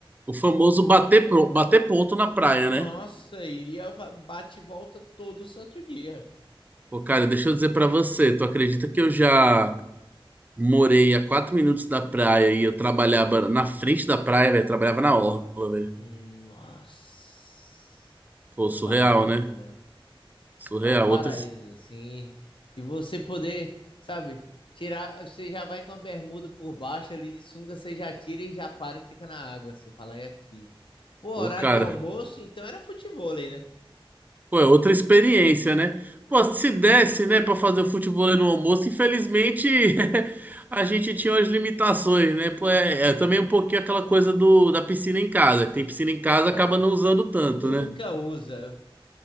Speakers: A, on the right; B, on the left.
A: O famoso bater, pro- bater ponto na praia,
B: Nossa,
A: né?
B: iria va- bate e volta todo santo dia.
A: Pô, cara, deixa eu dizer pra você, tu acredita que eu já morei a quatro minutos da praia e eu trabalhava na frente da praia, velho? Trabalhava na orla, velho.
B: Hum, Nossa.
A: Pô,
B: É
A: surreal,
B: um paraíso,
A: né?
B: né?
A: Surreal.
B: É um paraíso,
A: Outras.
B: assim. E você poder, sabe, tirar. Você já vai com a bermuda por baixo ali de sunga, você já tira e já para e fica na água. Você fala, é aqui. Pô,
A: Pô,
B: horário
A: cara.
B: de almoço, então era futevôlei, né?
A: Pô, é outra experiência, né? Pô, se desse, né, pra fazer o futebol no almoço, infelizmente <laughs> a gente tinha umas limitações, né? Pô, é, é também um pouquinho aquela coisa do, da piscina em casa. que Tem piscina em casa,
B: É.
A: acaba não usando tanto,
B: Nunca
A: né?
B: usa.